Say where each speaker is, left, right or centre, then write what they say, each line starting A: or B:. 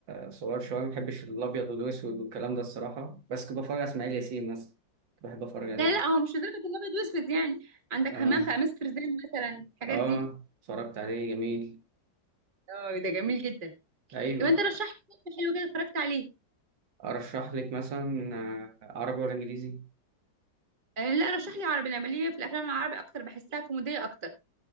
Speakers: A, on the right (about 80°); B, on the right (about 30°).
A: صغير شويه ما بحبش الابيض والاسود والكلام ده الصراحه بس كنت بتفرج على اسماعيل ياسين مثلا كنت بحب اتفرج عليه
B: لا لا هو مش لدرجه الابيض واسود يعني عندك
A: اه
B: همام في امستردام مثلا الحاجات
A: اه
B: دي
A: اتفرجت عليه جميل
B: اه ده جميل جدا
A: ايوه
B: طب انت رشح لي فيلم حلو كده اتفرجت عليه
A: ارشح لك مثلا آه، عربي ولا انجليزي
B: آه لا رشح لي عربي انا بليه في الافلام العربي اكتر بحسها كوميديه اكتر